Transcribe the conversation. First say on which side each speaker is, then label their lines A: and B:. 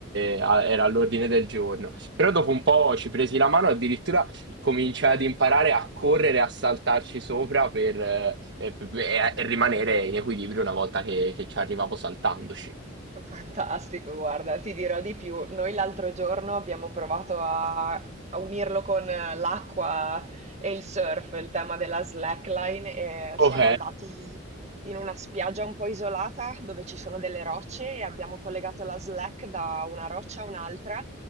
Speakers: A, on the right; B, on the right.
A: eh, a- era all'ordine del giorno. Però dopo un po' ci presi la mano, addirittura cominciai ad imparare a correre, a saltarci sopra per, eh, e, e- e rimanere in equilibrio una volta che, che ci arrivavo saltandoci.
B: Fantastico, guarda, ti dirò di più. Noi l'altro giorno abbiamo provato a, a unirlo con eh, l'acqua e il surf, il tema della slackline, e
A: Ok,
B: siamo andati in una spiaggia un po' isolata dove ci sono delle rocce e abbiamo collegato la slack da una roccia a un'altra